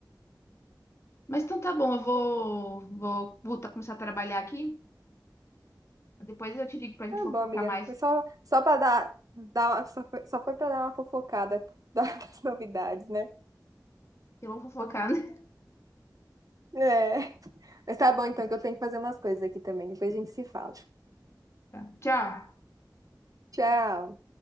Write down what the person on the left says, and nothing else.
Mas então tá bom, eu vou, vou voltar a começar a trabalhar aqui. Depois eu te ligo pra gente
fofocar
mais.
Porque vamos fofocar, né?
Tá. Tchau.